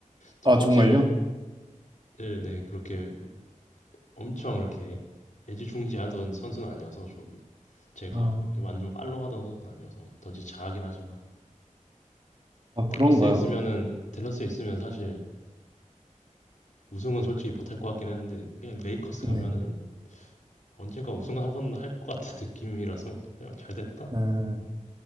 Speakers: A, on the left; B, on the right.
A: 도지체를
B: 아, 정말요?
A: 네, 네, 그렇게 엄청 이렇게 애지중지하던 선수는 아니어서 저도 제가
B: 아,
A: 이렇게 완전 팔로우하던 선수는 아니어서 던지 잘하긴 하지만
B: 아
A: 댈러스에
B: 그런가요?
A: 있으면은 댈러스에 있으면 사실 우승은 솔직히 못할 것 같긴 했는데 그냥 레이커스
B: 네.
A: 가면은 언젠가 우승을 한번 할 것 같은 <laughs> 느낌이라서 그냥 잘 됐다.
B: 아,